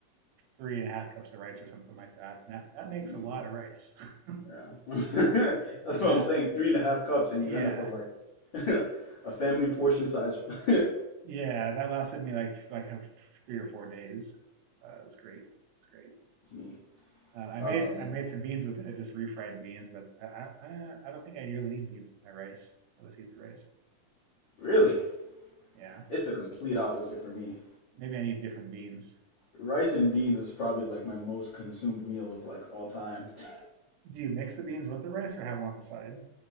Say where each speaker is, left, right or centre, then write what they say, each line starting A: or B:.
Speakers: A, on the right; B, on the left.
A: three and a half cups of rice or something like that. And that that makes
B: mm,
A: a lot of rice <laughs>
B: yeah, <laughs>
A: for one person.
B: that's
A: And
B: what
A: that
B: I'm saying. Three and a half cups, and
A: yeah
B: you end up with like <laughs> a family portion size. <laughs>
A: yeah that lasted me like like a, three or four days. Uh, it was great. It's great.
B: It's neat.
A: Uh, I
B: Um,
A: made I made some beans with it, just refried beans, but I I, I don't think I really need beans with my rice. I'll just eat the rice.
B: Really?
A: Yeah,
B: It's the complete opposite for me.
A: maybe I need different beans.
B: Rice and beans is probably like my most consumed meal of like all time. <laughs>
A: Do you mix the beans with the rice or have them on the side?